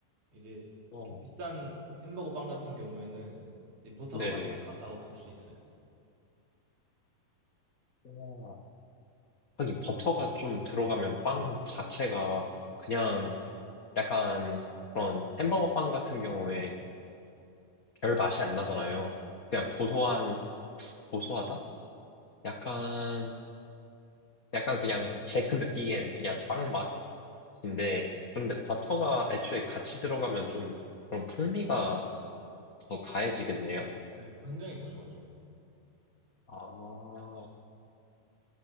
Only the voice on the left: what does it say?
어,
네네.
와, 하긴 버터가 좀 들어가면 빵 자체가 그냥 약간 그런 햄버거 빵 같은 경우에 별 맛이 안 나잖아요. 그냥
고소한, 고소하다? 약간, 약간 그냥 제가 느끼기엔 그냥 빵 맛인데, 그런데 버터가 애초에 같이 들어가면 좀 그런 풍미가 더 가해지겠네요?
아,